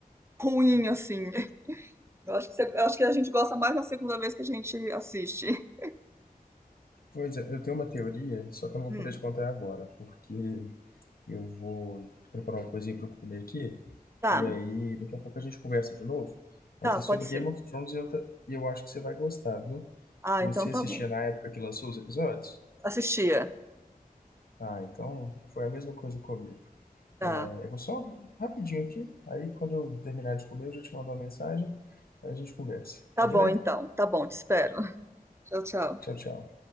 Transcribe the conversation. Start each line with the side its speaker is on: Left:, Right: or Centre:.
Right: ruim assim. <laughs> Eu acho que, você- eu acho que a gente gosta mais na segunda vez que a gente assiste. <laughs>
Left: Pois é, eu tenho uma teoria, só que eu não
Right: Hum,
Left: vou poder te contar agora, porque eu vou preparar uma coisinha para eu comer aqui,
Right: tá,
Left: e aí daqui a pouco a gente conversa de novo.
Right: tá,
Left: Mas é
Right: pode
Left: sobre
Right: ser.
Left: Game of Thrones e eu, ta- e eu acho que você vai gostar, viu?
Right: Ah,
Left: Você
Right: então tá
Left: assistia
Right: bom.
Left: na época que lançou os episódios?
Right: Assistia.
Left: Ah, então foi a mesma coisa comigo.
Right: Tá,
Left: É, eu vou só rapidinho aqui, aí quando eu terminar de comer, eu já te mando uma mensagem, aí a gente conversa.
Right: tá
Left: Tá
Right: bom
Left: joia?
Right: então. Tá bom, te espero. Tchau, tchau.
Left: Tchau, tchau.